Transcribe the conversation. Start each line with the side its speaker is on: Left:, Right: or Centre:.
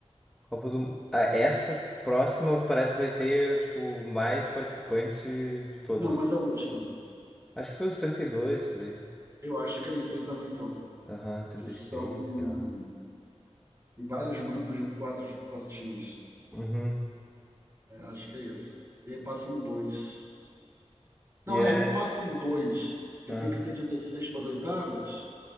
Centre: Copa do... Ah, essa próxima parece que vai ter, tipo, mais participante de todas.
Right: Não, mas a última.
Centre: Acho que foi os 32 por aí.
Right: Eu acho que é isso aí também, então.
Centre: Aham, 36
Right: Que são
Centre: sei lá.
Right: vários grupos de quatro, quatro times.
Centre: Uhum.
Right: Acho que é isso. E aí passam dois Não,
Centre: E é.
Right: é, se passam 2 e
Centre: Ah,
Right: tem que ter 16 para as oitavas,